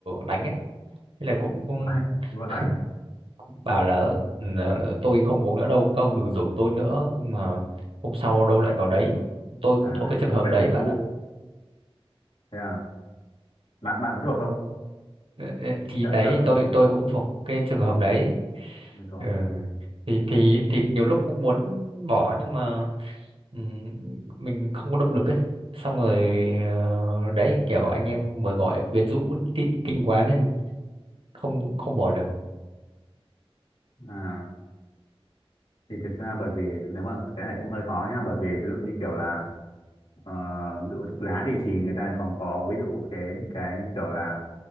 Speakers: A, on the right; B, on the left.
A: đánh ấy thế là cũng
B: <laughs> vợ
A: <laughs>
B: đánh
A: bảo là "Ừ, tôi không uống nữa đâu các ông đừng rủ tôi nữa nhưng mà hôm sau đâu lại vào đấy tôi cũng
B: à,
A: thuộc cái
B: anh
A: trường
B: lại
A: hợp
B: quen
A: đấy
B: đường cũ
A: bạn ạ
B: thế à bạn bạn có thuộc không
A: Ờ, ờ, thì
B: chắc
A: đấy
B: chắc
A: tôi tôi cũng thuộc cái trường hợp đấy
B: rồi
A: ừ. thì thì thì nhiều lúc cũng muốn bỏ nhưng mà ừm, mình không có động lực ấy xong rồi ờ, đấy kiểu anh em mời gọi quyến rũ kinh, kinh quá nên không không bỏ được
B: à, thì thực ra bởi vì nếu mà cái này cũng hơi khó nhá bởi vì ví dụ như kiểu là Ờ, ví dụ thuốc lá thì thì người ta còn có ví dụ cái những cái như kiểu là